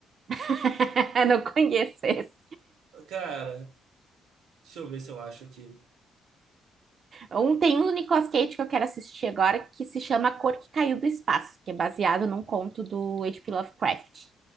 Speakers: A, on the right; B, on the right.
A: <laughs> Não conheço esse.
B: Cara, deixa eu ver se eu acho aqui.
A: Um tem um do Nicolas Cage que eu quero assistir agora, que se chama A Cor que Caiu do Espaço, que é baseado num conto do H.P. Lovecraft.